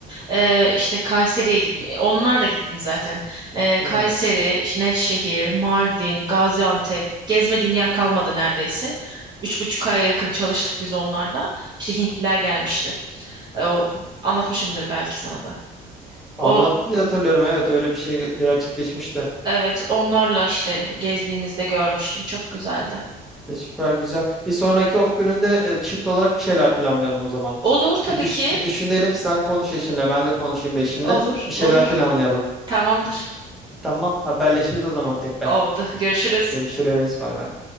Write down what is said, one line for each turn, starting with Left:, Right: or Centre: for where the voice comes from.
Right: Ee, işte Kayseri'ye gitme onlarla gittim zaten Ee,
Centre: Hı.
Right: Kayseri, işte Nevşehir, Mardin, Gaziantep gezmediğim yer kalmadı neredeyse üç buçuk aya yakın çalıştık biz onlarla İşte Hintliler gelmişti Ee, o, anlatmışımdır belki sana da o
Centre: Anlattın diye hatırlıyorum evet öyle bir şey gerçekleşmişti.
Right: evet onlarla işte gezdiğimizde görmüştüm çok güzeldi
Centre: Ya süper güzel. Bir sonraki off gününde e, çift olarak bir şeyler planlayalım o zaman.
Right: olur tabii
Centre: Bir, düş-
Right: ki
Centre: bir düşünelim. Sen konuş eşinle, ben de konuşayım bir eşimle.
Right: olur
Centre: Bir şeyler
Right: olur
Centre: planlayalım.
Right: tamamdır
Centre: Tamam, haberleşiriz o zaman tekrar.
Right: oldu görüşürüz.
Centre: Görüşürüz. Bay bay.